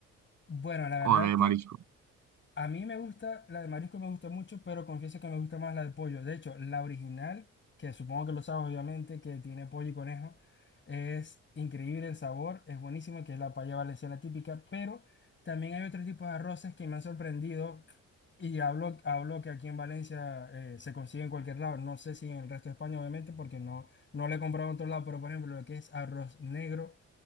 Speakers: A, on the left; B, on the right.
A: Bueno, la
B: o
A: verdad
B: de marisco?
A: A mí me gusta, la de marisco me gusta mucho, pero confieso que me gusta más la de pollo. De hecho, la original, que supongo que lo sabes obviamente, que tiene pollo y conejo, es increíble el sabor, es buenísimo, que es la paella valenciana típica, pero también hay otros tipos de arroces que me han sorprendido y hablo, hablo que aquí en Valencia eh, se consigue en cualquier lado. No sé si en el resto de España, obviamente, porque no, no lo he comprado en otro lado, pero por ejemplo, lo que es arroz negro,